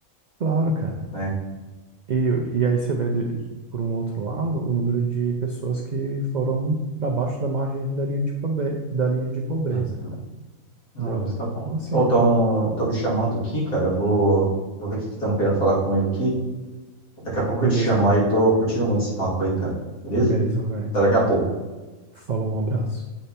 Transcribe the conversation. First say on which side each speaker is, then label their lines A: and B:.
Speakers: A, on the right; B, on the left.
A: claro, cara.
B: né?
A: E, e aí você vê, de- por um outro lado, o número de pessoas que foram para baixo da margem da linha de, pobre, da linha de pobreza,
B: É.
A: cara.
B: Não,
A: Entendeu,
B: isso
A: velho?
B: tá bom.
A: Então, assim,
B: Ou estão
A: né?
B: me chamando aqui, cara. Eu vou, vou ver o que estão querendo falar com ele aqui. Daqui a pouco
A: beleza,
B: eu te chamo
A: mano.
B: aí. Tô curtindo muito esse papo aí, cara. Beleza?
A: beleza, velho.
B: Até daqui a pouco.
A: Falou, um abraço.